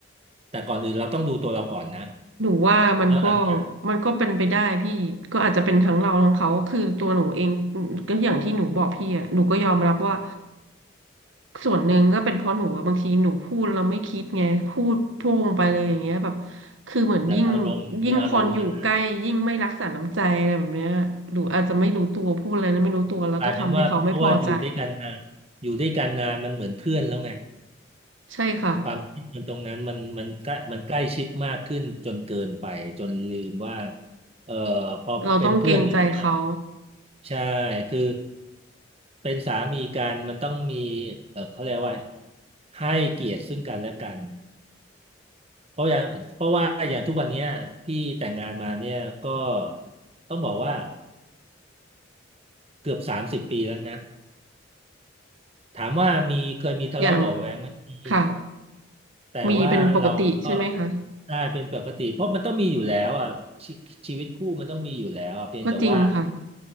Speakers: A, on the right (about 30°); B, on the right (about 75°).
A: แต่ก่อนอื่นเราต้องดูตัวเราก่อนนะ
B: หนูว่ามันก็
A: แล้วหลังจาก
B: มันก็เป็นไปได้พี่ก็อาจจะเป็นทั้งเราทั้งเขาคือตัวหนูเองก็อย่างที่หนูบอกพี่อ่ะหนูก็ยอมรับว่าส่วนหนึ่งก็เป็นเพราะหนูอะบางทีหนูพูดเราไม่คิดไงพูดโพ่งไปเลยอย่างเงี้ยแบบคือเหมือนยิ่ง
A: แบบอารมณ์มีอารมณ์อะนะ
B: ยิ่งคนอยู่ใกล้ยิ่งไม่รักษาน้ำใจอะไรแบบเนี้ยหนูอาจจะไม่รู้ตัวพูดอะไรแล้วไม่รู้ตัวแล้วก็ทำให้เขาไม่พอใจ
A: กลายเป็นว่าเพราะว่าอยู่ด้วยกันนานอยู่ด้วยกันนานมันเหมือนเพื่อนแล้วไง
B: ใช่ค่ะ
A: ความคิดมันตรงนั้นมันมันใกล้มันใกล้ชิดมากขึ้นจนเกินไปจนลืมว่าเอ่อพอเป็นเพื่อนกันเนี่ย
B: เราต้องเกรงใจเขา
A: ใช่คือเป็นสามีกันมันต้องมีเออเขาเรียกว่าให้เกียรติซึ่งกันและกันเพราะอย่างเพราะว่าอย่างทุกวันเนี้ยพี่แต่งงานมาเนี่ยก็ต้องบอกว่าเกือบสามสิบปีแล้วนะ ถามว่ามีเคยมีทะเลาะเบาะแว้งไหมมี
B: อย่างค่ะ
A: แต่ว่าเราก็
B: มีเป็นปกติใช่ไหมคะ
A: ได้เป็นปกติเพราะมันต้องมีอยู่แล้วอ่ะชีชีวิตคู่มันต้องมีอยู่แล้วอ่ะเพียงแต่ว่า
B: ก็จริงค่ะ